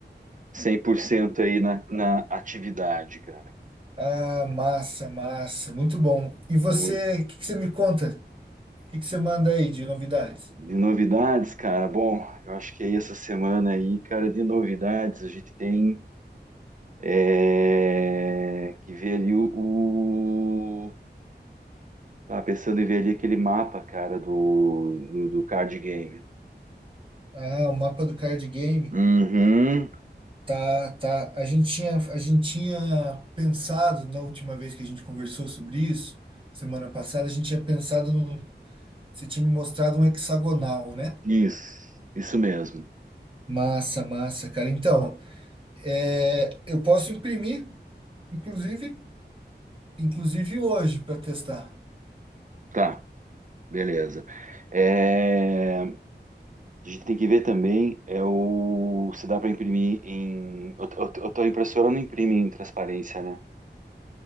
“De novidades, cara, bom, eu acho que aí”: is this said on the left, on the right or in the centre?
Right